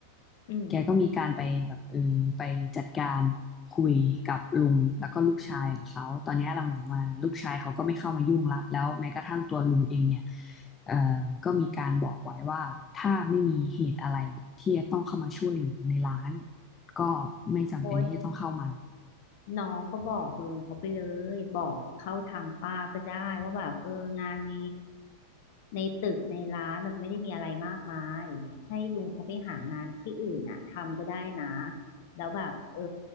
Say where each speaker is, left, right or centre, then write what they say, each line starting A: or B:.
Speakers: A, on the left; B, on the left.
A: อืม
B: แกก็มีการไปแบบเออไปจัดการคุยกับลุงแล้วก็ลูกชายของเขาตอนเนี้ยหลังๆมาลูกชายเขาก็ไม่เข้ามายุ่งละแล้วแม้กระทั่งตัวลุงเองเนี่ยเอ่อก็มีการบอกไว้ว่าถ้าไม่มีเหตุอะไรที่จะต้องเข้ามาช่วยเหลือในร้านก็ไม่จำเป็นที่จะต้องเข้ามา
A: โอ้ย น้องก็บอกลุงเขาไปเลยบอกเข้าทางป้าก็ได้ว่าแบบเอองานในในตึกในร้านมันไม่ได้มีอะไรมากมายให้ลุงเขาไปหางานที่อื่นน่ะทำก็ได้นะแล้วแบบเออ